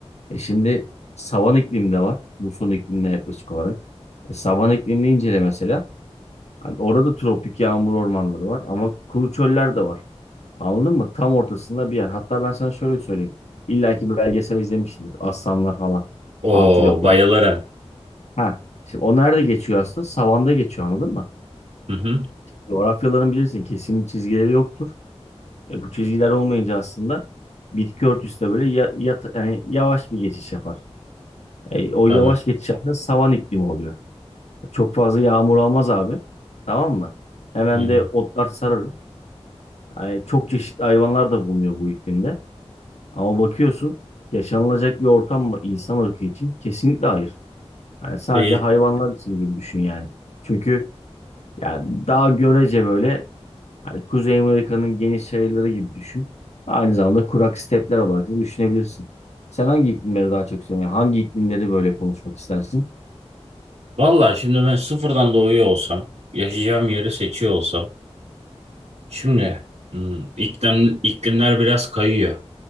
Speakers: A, on the left; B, on the right.
A: E şimdi savan iklim de var. Muson iklimine yaklaşık olarak. E savan iklimini incele mesela. Hani orada tropik yağmur ormanları var ama kuru çöller de var. Anladın mı? Tam ortasında bir yer. Hatta ben sana şöyle söyleyeyim. İlla ki belgesel izlemişsindir. Aslanlar falan.
B: Oo
A: Antiloplar.
B: bayılırım.
A: Ha. Şimdi o nerede geçiyor aslında? Savanda geçiyor anladın mı?
B: Hı hı.
A: Coğrafyaların bilirsin kesin çizgileri yoktur. E, bu çizgiler olmayınca aslında bitki örtüsü de böyle ya, yat- yani yavaş bir geçiş yapar. E, o yavaş
B: Tabii.
A: geçiş aslında savan iklimi oluyor. Çok fazla yağmur almaz abi. Tamam mı? Hemen
B: Yani
A: de otlar sararır. Yani çok çeşitli hayvanlar da bulunuyor bu iklimde. Ama bakıyorsun yaşanılacak bir ortam mı insan ırkı için? Kesinlikle hayır. Yani sadece
B: Değil.
A: hayvanlar için gibi düşün yani. Çünkü yani daha görece böyle Hani Kuzey Amerika'nın geniş yaylaları gibi düşün. Aynı zamanda kurak stepler olarak da düşünebilirsin. Sen hangi iklimleri daha çok seviyorsun? Yani Hangi iklimleri böyle konuşmak istersin?
B: Valla şimdi ben sıfırdan doğuyor olsam, yaşayacağım yeri seçiyor olsam. Şimdi hmm, iklim, iklimler biraz kayıyor.